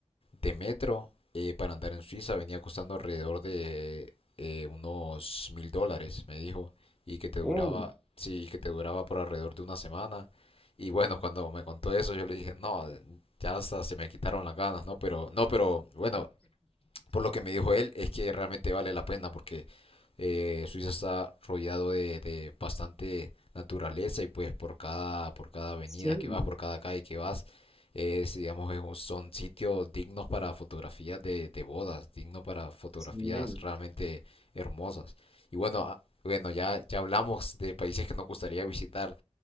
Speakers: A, on the left (about 50°); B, in the centre.
A: de metro eh, para andar en Suiza venía costando alrededor de eh, unos mil dólares, me dijo, y que te duraba,
B: Uh,
A: sí y que te duraba por alrededor de una semana. Y bueno, cuando me contó eso, yo le dije, no, ya hasta se me quitaron las ganas, no, pero, no, pero bueno, por lo que me dijo él, es que realmente vale la pena porque eh, Suiza está rodeado de, de bastante naturaleza y pues por cada, por cada avenida
B: sí.
A: que vas, por cada calle que vas, es, digamos, son sitios dignos para fotografías de, de bodas, dignos para fotografías
B: Sí.
A: realmente hermosas. Y bueno, ah, bueno, ya, ya hablamos de países que nos gustaría visitar.